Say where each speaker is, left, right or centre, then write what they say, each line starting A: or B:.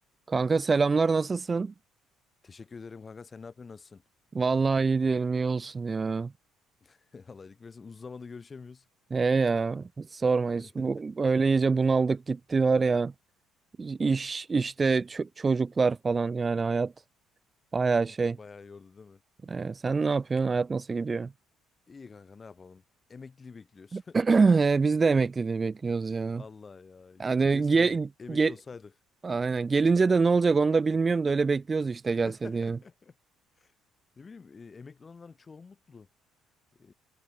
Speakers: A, on the right; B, on the left.
A: Kanka selamlar nasılsın?
B: Teşekkür ederim kanka. Sen ne yapıyorsun? Nasılsın?
A: Vallahi iyi diyelim iyi olsun ya.
B: <laughs> Allah iyilik versin. Uzun zamandır görüşemiyoruz.
A: He ya hiç sorma hiç
B: <laughs>
A: bu öyle iyice bunaldık gitti var ya. İş işte ço- çocuklar falan yani hayat baya
B: Evet,
A: şey.
B: bayağı yordu değil mi?
A: Ee, sen ne yapıyorsun? Hayat nasıl gidiyor?
B: İyi kanka ne yapalım? Emekliliği bekliyoruz.
A: <clears throat> Ee, biz de emekliliği bekliyoruz
B: <laughs>
A: ya.
B: Vallahi ya.
A: Yani ge-
B: Gerçekten bir emekli
A: ge-
B: olsaydık.
A: aynen gelince de ne olacak onu da bilmiyorum da öyle bekliyoruz işte gelse
B: <laughs>
A: diye.
B: Ne bileyim e, emekli olanların çoğu mutlu. E,